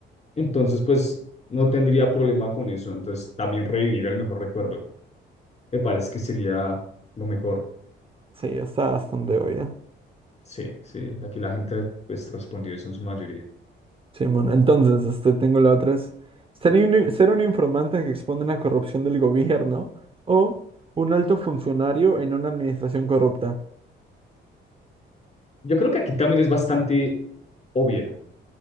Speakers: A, on the left; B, on the right.
A: Entonces, pues no tendría problema con eso. Entonces, también revivir el mejor recuerdo. Me parece que sería lo mejor.
B: Sí, está bastante obvio.
A: Sí, sí. Aquí la gente pues respondió eso en su mayoría.
B: Simón, entonces, este, tengo la otra es ser un, ser un informante que expone la corrupción del gobierno o un alto funcionario en una administración corrupta.
A: Yo creo que aquí también es bastante obvia,